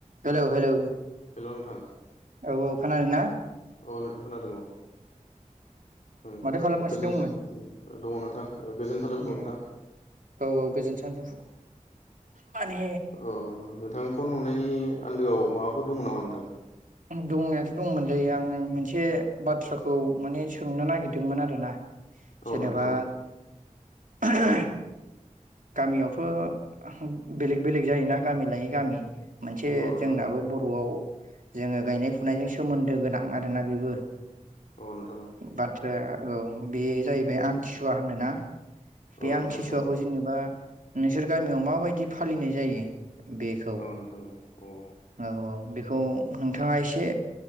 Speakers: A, on the right; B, on the left.
A: Hello hello
B: हेल' नोंथां
A: औ औ खोनादों ना
B: अ नोंथां खोनादों औ उम
A: माथो खालामगासिनो
B: गोजोन
A: दंमोन
B: दङ नोंथां गोजोन सान्जौफु नोंथां
A: औ औ गोजोन सानजौफु माने
B: अ नोंथां फन हनायनि आन्दोआव माबाफोर दंमोन नामा नोंथां?
A: दंनायाथ' दंमोनलै आङो मोनसे बाथ्राखौ माने सोंनो नागिरदोंमोन आरोना
B: औ
A: सोरनोबा
B: नोंथां औ
A: <unintelligible> गामियावथ' बेलेग बेलेग जायोना गामि लायै गामि मोनसे
B: औ नोंथां
A: जोंनाबो
B: औ
A: बर'आव जोङो गायनाय फुनायजों सोमोन्दो गोनां आरोना बेबो।
B: औ नोंथां औ
A: बाथ्राया औ बे जाहैबाय आमथिसुवा होनो ना? बे
B: औ
A: आमथिसुवाखौ
B: नोंथां औ
A: जेनेबा नोंसोर गामियाव माबायदि फालिनाय जायो? बेखौ
B: औ नोंथां औ औ
A: औ औ बे खौ नोंथाङा एसे